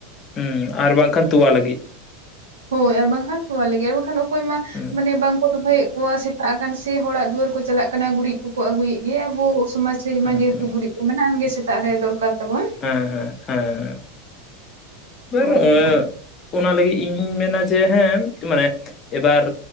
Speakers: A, on the left; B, on the right.
A: ᱦᱩᱸ ᱟᱨ ᱵᱟᱝᱠᱷᱟᱱ ᱛᱚᱣᱟ ᱞᱟᱹᱜᱤᱫ᱾
B: ᱦᱳᱭ ᱟᱨ ᱵᱟᱝᱠᱷᱟᱱ ᱛᱚᱣᱟ ᱞᱟᱹᱜᱤᱫ ᱟᱨ ᱵᱟᱝᱠᱷᱟᱱ ᱚᱠᱚᱭ ᱢᱟ
A: ᱦᱩᱸ
B: ᱢᱟᱱᱮ ᱵᱟᱝ ᱫᱚᱦᱚᱭᱮᱫ ᱠᱚᱣᱟ ᱥᱮᱛᱟᱜ ᱟᱠᱟᱱ ᱥᱮ ᱦᱚᱲᱟᱜ ᱫᱩᱣᱟᱹᱨ ᱠᱚ ᱪᱟᱞᱟᱜ ᱠᱟᱱᱟ ᱜᱩᱨᱤᱡᱽ ᱠᱚᱠᱚ ᱟᱹᱜᱩᱭᱮᱫ ᱜᱮᱭᱟ ᱟᱵᱚ ᱥᱚᱢᱟᱡᱽ ᱥᱮᱨᱢᱟ
A: ᱦᱩᱸ
B: ᱡᱮᱦᱮᱛᱩ
A: ᱦᱩᱸ
B: ᱜᱩᱨᱤᱡ ᱠᱚ ᱢᱮᱱᱟᱱ ᱜᱮ ᱥᱮᱛᱟᱜ ᱨᱮ ᱫᱚᱨᱠᱟᱨ ᱛᱟᱵᱚᱱ
A: ᱦᱮᱸ ᱦᱮᱸ ᱦᱮᱸ ᱮᱵᱟᱨ
B: ᱦᱳᱭ ᱦᱳᱭ
A: ᱚᱱᱟ ᱞᱟᱹᱜᱤᱫ ᱤᱧ ᱢᱮᱱᱟ ᱡᱮ ᱦᱮᱸ ᱢᱟᱱᱮ ᱮᱵᱟᱨ